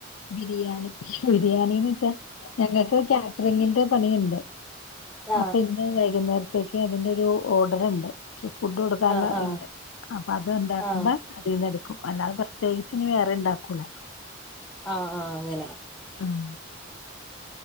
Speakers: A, on the left; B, in the centre.
A: ബിരിയാണി ബിരിയാണിന്ന് വെച്ചാ ഞങ്ങൾക്ക് കാറ്ററിങ്ങിന്റെ പണിയ്ണ്ട്
B: ആ
A: അപ്പൊ ഇന്ന് വൈകുന്നേരത്തേക്ക് അതിന്റെ ഒരു ഓർഡർ ഇണ്ട് ച്ച് ഫുഡ് കൊടുക്കാൻള്ള
B: ആ ആ
A: ഇണ്ട് അപ്പൊ അത് ഇണ്ടാക്കുമ്പോ
B: ആ
A: അതിൽന്ന് എടുക്കും അല്ലാതെ പ്രത്യേകിച്ച് ഇന്ന് വേറെ ഇണ്ടാക്കൂല
B: ആഹ് ആഹ് അങ്ങന
A: ആഹ്